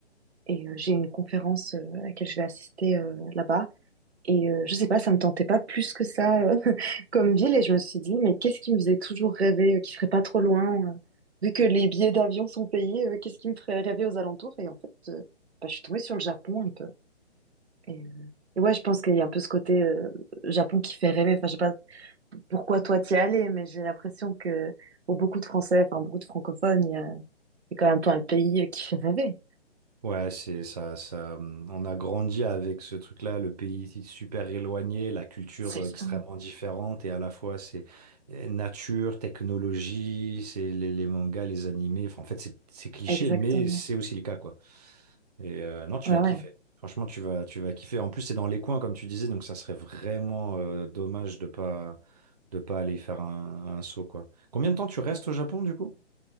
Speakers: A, on the right; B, on the right.
A: Et euh, j'ai une conférence euh, à laquelle je vais assister euh, là-bas. Et euh, je sais pas, ça me tentait pas plus que ça euh, <laughs> comme ville. Et je me suis dit, mais qu'est-ce qui me faisait toujours rêver, euh, qui serait pas trop loin, euh, vu que les billets d'avion sont payés, euh, qu'est-ce qui me ferait rêver aux alentours? Et en fait, euh, bah, je suis tombée sur le Japon un peu. Et, euh, et ouais, je pense qu'il y a un peu ce côté euh, Japon qui fait rêver. Enfin, je sais pas pourquoi toi t'y es allé, mais j'ai l'impression que pour beaucoup de Français, enfin beaucoup de francophones, il y a- c'est quand même un peu un pays euh, qui fait rêver.
B: Ouais, c'est ça, ça. hum, On a grandi avec ce truc-là, le pays super éloigné, la culture
A: C'est ça,
B: extrêmement différente, et à la fois c'est euh, nature, technologie, c'est les, les mangas, les animés. Enfin, en fait, c'est c'est cliché,
A: exactement.
B: mais c'est aussi le cas, quoi. Et euh, non, tu
A: Ouais,
B: vas
A: ouais.
B: kiffer. Franchement, tu vas, tu vas kiffer. En plus, c'est dans les coins, comme tu disais, donc ça serait vraiment euh, dommage de pas de pas aller y faire un, un saut, quoi. Combien de temps tu restes au Japon, du coup?